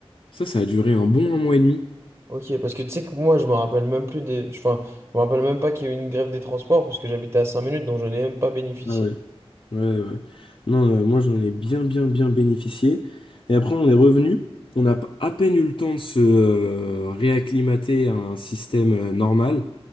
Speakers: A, on the left; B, on the right.
A: Ça, ça a duré un bon un mois et demi.
B: Ok, parce que tu sais que moi, je me rappelle même plus des... Enfin, je me rappelle même pas qu'il y a eu une grève des transports parce que j'habitais à 5 minutes, donc je n'ai même pas bénéficié.
A: Ah ouais. Ouais, ouais. Non, euh, moi, j'en ai bien, bien, bien bénéficié. Et après, on est revenu. On a p- à peine eu le temps de se euh, réacclimater à un système euh, normal.